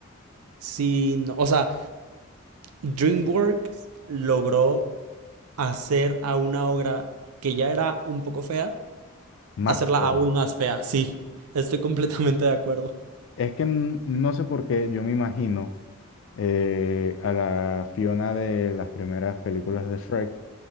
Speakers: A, on the right; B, on the left.
A: sí, no, o sea, DreamWorks logró hacer a una obra que ya era un poco fea,
B: Más
A: hacerla
B: fea.
A: aún más fea, sí, estoy completamente de acuerdo.
B: Es que n- no sé por qué yo me imagino eh, a la Fiona de las primeras películas de Shrek,